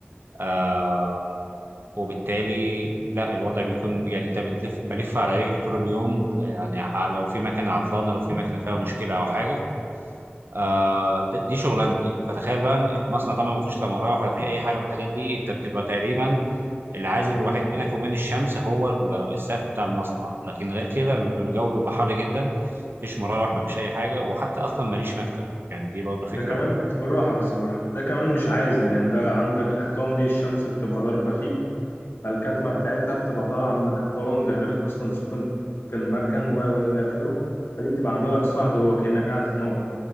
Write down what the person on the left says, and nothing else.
مهما
ده كمان بالراحة بس بالراحة ده كمان مش عازل يعني ده عندك الحيطان دي الشمس بتبقى ضاربة فيك فالكتمة بتاعتها بتبقى طالعة من الحيطان ده غير أصلا سخونة المكن و و إلى آخره فدي بتبقى عاملة لك صهد هو كأنك قاعد في نار